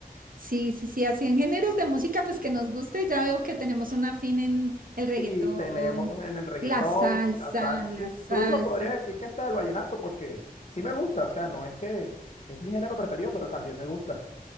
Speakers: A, on the right; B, on the left.
A: Sí, sí, sí, así en géneros de música, pues que nos guste, ya veo que tenemos un afín en el reggaetón,
B: Sí, tenemos en el reggaetón,
A: la salsa,
B: la salsa,
A: la
B: incluso
A: salsa.
B: podría decir que hasta el vallenato, porque sí me gusta, o sea, no es que es mi género preferido, pero también me gusta.